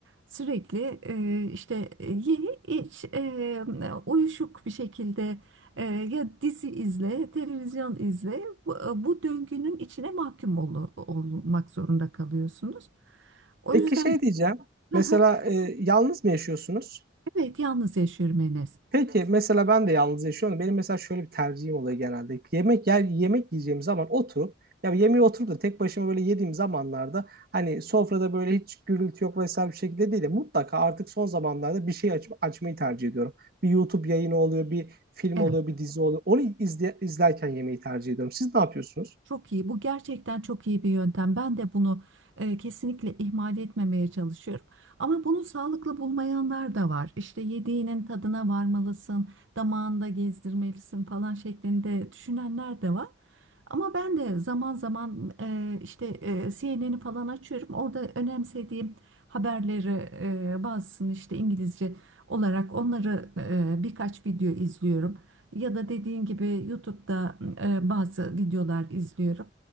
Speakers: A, on the right (about 80°); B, on the right (about 50°).
A: Sürekli e, işte e, ye iç e, uyuşuk bir şekilde ee, ya dizi izle, televizyon izle. Bu, e, bu döngünün içine mahkum ol- olmak zorunda kalıyorsunuz. O
B: Peki
A: yüzden
B: şey diyeceğim.
A: <laughs>
B: Mesela e, yalnız mı yaşıyorsunuz?
A: evet yalnız yaşıyorum Enes.
B: Peki mesela ben de yalnız yaşıyorum. Benim mesela şöyle bir tercihim oluyor genelde. Yemek yer yemek yiyeceğim zaman oturup ya yemeği oturup da tek başıma böyle yediğim zamanlarda hani sofrada böyle hiç gürültü yok vesaire bir şekilde değil de mutlaka artık son zamanlarda bir şey aç- açmayı tercih ediyorum. Bir YouTube yayını oluyor, bir film
A: Evet.
B: oluyor, bir dizi oluyor. Onu izle- izlerken yemeği tercih ediyorum. Siz ne yapıyorsunuz?
A: Çok iyi. Bu gerçekten çok iyi bir yöntem. Ben de bunu e, kesinlikle ihmal etmemeye çalışıyorum. Ama bunu sağlıklı bulmayanlar da var. İşte yediğinin tadına varmalısın, damağında gezdirmelisin falan şeklinde düşünenler de var. Ama ben de zaman zaman e, işte e, CNN'i falan açıyorum. Orada önemsediğim haberleri e, bazısını işte İngilizce olarak onları e, birkaç video izliyorum. Ya da dediğin gibi YouTube'da e, bazı videolar izliyorum.